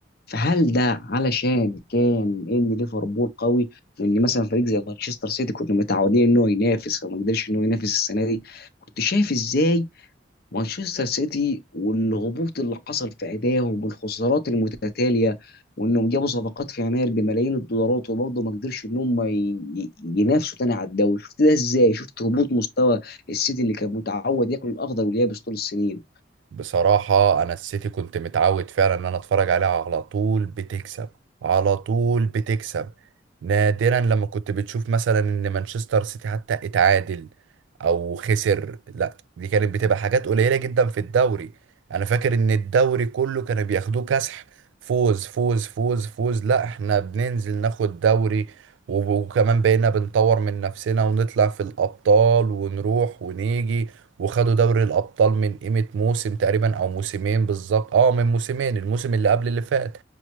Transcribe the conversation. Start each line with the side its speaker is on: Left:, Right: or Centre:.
Left: فهل ده علشان كان ان ليفربول قوي وان مثلا فريق زي مانشستر سيتي كنا متعودين ان هو ينافس فما قدرش ان هو ينافس السنة دي كنت شايف ازاي مانشستر سيتي والهبوط اللي حصل في ادائهم والخسارات المتتاليه وانهم جابوا صفقات في يناير بملايين الدولارات وبرضه ما قدرش ان هم ي- ي- ينافسوا تاني على الدوري شفت ده ازاي شفت هبوط مستوى السيتي اللي كان متعود ياكل الاخضر واليابس طول السنين
Right: بصراحة أنا السيتي كنت متعود فعلا إن أنا أتفرج عليها على طول بتكسب على طول بتكسب نادرا لما كنت بتشوف مثلا إن مانشستر سيتي حتى اتعادل أو خسر لا دي كانت بتبقى حاجات قليلة جدا في الدوري أنا فاكر إن الدوري كله كانوا بياخدوه كسح فوز فوز فوز فوز لا إحنا بننزل ناخد دوري وب- وكمان بقينا بنطور من نفسنا ونطلع في الأبطال ونروح ونيجي وخدوا دوري الأبطال من قيمة موسم تقريبا أو موسمين بالظبط اه من موسمين الموسم اللي قبل اللي فات